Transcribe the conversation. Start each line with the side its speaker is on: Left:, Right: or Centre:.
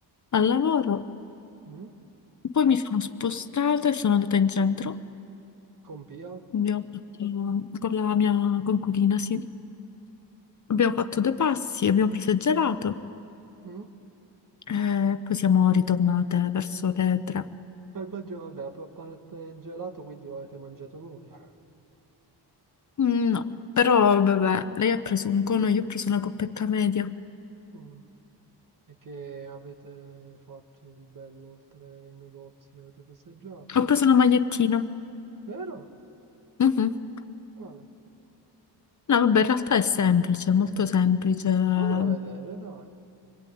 Left: al lavoro.
Right: Mm?
Left: Poi mi sono spostata e sono andata in centro.
Right: Con Pia?
Left: Abbiamo fatto, con la mia coinquilina, sì. Abbiamo fatto due passi, abbiamo preso il gelato
Right: Mm?
Left: e poi siamo ritornate verso le tre.
Right: Il Baggio, vabbè, a parte il gelato, quindi non avete mangiato nulla.
Left: Mm, No, però vabbè, lei ha preso un cono, io ho preso una coppetta media.
Right: Mm. E che avete fatto di bello oltre ai negozi? Avete passeggiato?
Left: Ho preso una magliettina.
Right: Vero?
Left: Mhm.
Right: Quale?
Left: No, vabbè, in realtà è semplice, molto semplice. Una
Right: Fammelo vedere, dai.